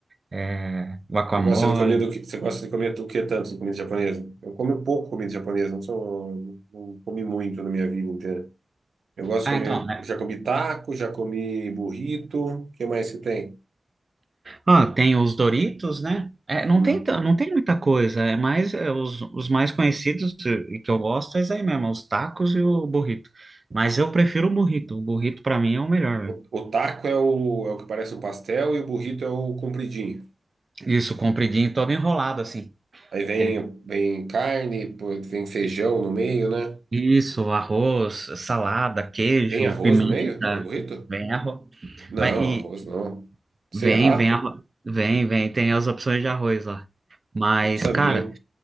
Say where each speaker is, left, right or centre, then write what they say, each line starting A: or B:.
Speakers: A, on the right (about 40°); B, on the right (about 80°).
A: é, guacamole.
B: Você gosta de comer do que, você gosta de comer o que tanto de comida japonesa? Eu como pouco comida japonesa, não sou, não comi muito na minha vida inteira. Eu gosto
A: Ah,
B: de comer,
A: então, né?
B: já comi taco, já comi burrito, o que mais que tem?
A: Ah, tem os Doritos, né? É, não
B: Hum.
A: tem, tan- não tem muita coisa, é mais é, os, os mais conhecidos e e que eu gosto é isso aí mesmo, é os tacos e o burrito. Mas eu prefiro o burrito, o burrito pra mim é o melhor, velho.
B: O, o taco é o, é o que parece um pastel e o burrito é o compridinho.
A: Isso, compridinho, todo enrolado assim.
B: Aí vem,
A: Aquele-
B: vem carne, pô, vem feijão no meio, né?
A: Isso, arroz, salada, queijo,
B: Vem arroz
A: pimenta,
B: no meio do burrito?
A: bem arroz.
B: Não,
A: mas e,
B: arroz não. Será?
A: Vem, vem, arro- vem, vem, tem as opções de arroz lá. Mas,
B: Não sabia.
A: cara,